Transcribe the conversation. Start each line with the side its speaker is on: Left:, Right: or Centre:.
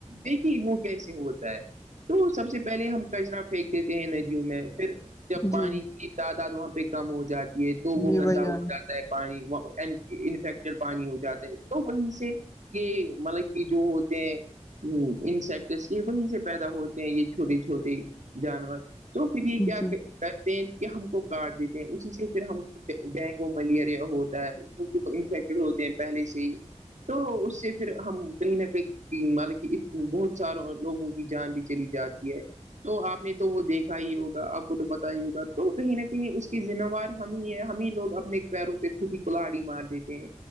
Right: دیکھیے وہ کیسے ہوتا ہے تو سب سے پہلے ہم کچرا پھینک دیتے ہیں ندیوں میں پھر جب پانی
Left: جی
Right: کی تعداد وہاں پہ کم ہو جاتی ہے تو وہ
Left: جی
Right: گندا
Left: بھائی جان
Right: ا جاتا پانی وہ انفیکٹڈ پانی ہوتا جات ہیں تو وہیں سے یہ مطلب کہ جو ہوتے ہیں انسیکٹس یہ وہیں سے پیدا ہوتے ہیں یہ چھوٹے چھوٹے جانور تو پھر یہ کیا
Left: جی
Right: کرتے ہیں کہ ہم کو کارڈ دیتے ہیں اسی سے پھر ہم ڈینگو ملیریا ہوتا ہے کی انفیکٹیڈ ہوتے ہیں پہلے سے ہی تو اس سے پھر ہم کہیں نہ کہیں کہ مل کہ بہت سار لوگوں کی جان بھی چلی جاتی ہے تو آپ نے تو وہ دیکھا ہی ہوگا آپ کو تو پتا ہی ہوگا تو کہیں نہ کہیں اس کی ذمہوار ہم ہی ہم ہی لوگ اپنے پیروں پہ خود ہی کولہڑی مار دیتے ہیں